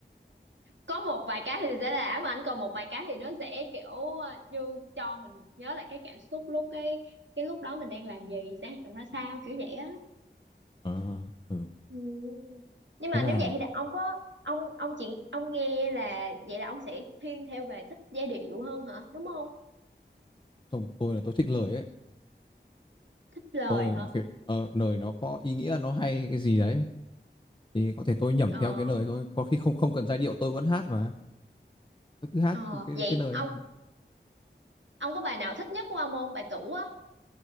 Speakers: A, on the right; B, on the left.
A: có một vài cái thì sẽ là ám ảnh còn một vài cái thì nó sẽ kiểu ờ, như cho mình nhớ là cái cảm xúc lúc cái cái lúc đó mình đang làm gì sẽ hoạt động ra sao kiểu vậy á
B: à, ừ.
A: ừ. nhưng mà
B: thế là
A: nếu vậy thì ông có ông ông chuyện ông nghe là vậy là ông sẽ thiên theo về thích giai điệu hơn hả đúng không
B: xong tôi là tôi thích lời ấy
A: thích lời
B: tôi
A: hả
B: việc ờ, lời nó có ý nghĩa nó hay cái gì đấy thì có thể tôi nhẩm
A: Ờ,
B: theo cái lời thôi có khi không không cần giai điệu tôi vẫn hát mà tôi cứ hát
A: ờ,
B: cái
A: vậy
B: cái lời
A: ông
B: thôi.
A: ông có bài nào thích nhất của ông không? Bài tủ á.